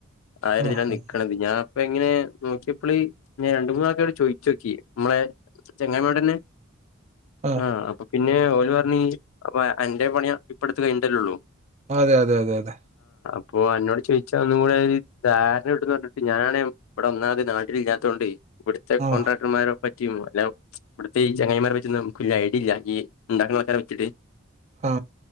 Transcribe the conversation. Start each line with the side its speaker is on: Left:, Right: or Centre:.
Left: ആയിരതില്ലാ
Right: ആഹ്
Left: നക്കണത് ഞാൻ അപ്പ എങ്ങനെ നോക്കിയപ്പോളി ഞ നിതാക്കെോ ചോദോക്കിയേ നമ്മളെ ചെങ്ങായി മാരോടന്നെ
Right: ആഹ് ആഹ് ഉം ആഹ്
Left: ആ അപ്പൊ പിന്നെ ഓല് പർഞ്ഞ് അപ്പോ അന്റെ പണി ഇപ്പട്ത്ത് കയ്ഞ്ഞ്ട്ടല്ലെള്ളു
Right: അതെ അതെ അതെ അതെ
Left: അപ്പൊ അന്നോട് ചോയിച്ചാൽ ഒന്നും കൂടെ ഒരു ധാരണ കിട്ടുന്ന് പറഞ്ഞിട്ട് ഞാനെ ഇവിടെ ഒന്നാമത് നാട്ടിൽ ഇല്ലാതോണ്ടേ ഇവിടുത്തെ
Right: ആഹ്
Left: കോൺട്രാക്ടർമാരെ പ അല്ല ഇവിടുത്തെ ഈ ചങ്ങായിമാരെ പറ്റി നമുക്ക് വല്ല ഐഡില്ല ഈ ഇ ണ്ടാക്കുന്ന ആൾക്കാരെ വെച്ചിട്ട്
Right: ആ